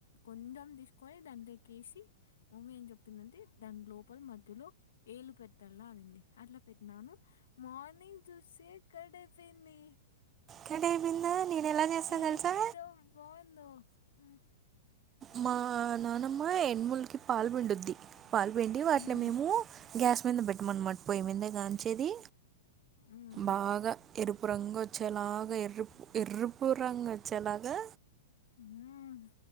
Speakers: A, on the left; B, on the right.
A: కొంచెం తీసుకొని దాంట్లోకెసి మమ్మీ ఏం చెప్తుంద్ అంటే దాని లోపల మధ్యలో ఏలు పెట్టలా అనింది అట్లా పెట్టినాను మార్నింగ్ చూసి సే కార్డ్ ఐపోయింది
B: కర్డ్ అయిపోయిందా నేను ఎలా చేస్తా
A: ఎంత
B: తెలుసా
A: బాగుందో ఉ
B: మా నానమ్మ ఎనుముూలుకి పాలు పిండుద్ది పాలు పిండి వాటిని
A: మ్మ్
B: మేము గ్యాస్ మీద పెట్టమన్నమాట్ పొయ్యి మిందే గాంచేది
A: మ్మ్
B: బాగా ఎరుపు రంగు ఓచ్చేలాగా ఎర్రుప్ ఎర్రుపు రంగు ఓచ్చేలాగా
A: ఊమ్